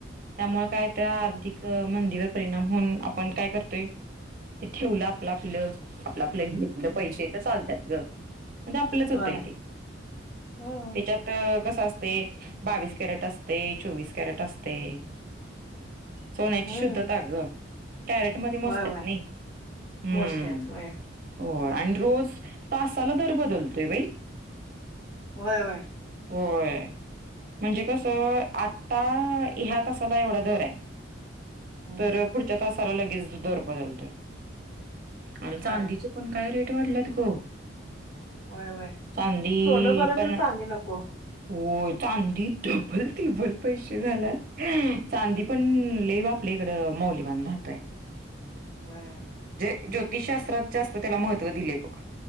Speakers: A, on the right; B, on the left.
A: त्यामुळे काय त्या
B: हम्म
A: आर्थिक मंदिरात परिणाम होऊन आपण काय करतोय ते ठेवलं आपलं आपलं आप आपलं घेतलं
B: हम्म
A: पैसे तर चालतात ग म्हणजे आपलंच होतंय
B: होय
A: ते
B: हम्म
A: त्याच्यात कस असत बावीस कॅरेट असते चोवीस कॅरेट असते सोन्याची
B: हम्म
A: शुद्धता ग कॅरेटमध्येध्ये मोजतात
B: होय होय
A: नाही हम्म
B: मोजत्यात होय
A: हो आणि रोज तासाला दर बदलतोय बाई
B: होय होय
A: होय म्हणजे कस आता ह्या तासाला एवढा दर आहे
B: हम्म
A: तर पुढच्या तासाला लगेच दर बदलतय आणि
B: होय
A: चांदीचे पण काय रेट वाढल्यात ग
B: होय होय
A: चांदी
B: सोनं बरं
A: पण
B: खरं चांदी नको
A: हो चांदी डबल टिब्बल पैसे झालात चांदी पण लय आपल्या इकडं मौल बनधातय
B: व्हय
A: ज्योतिषशास्त्रात जास्त त्याला महत्त्व दिलेय बघ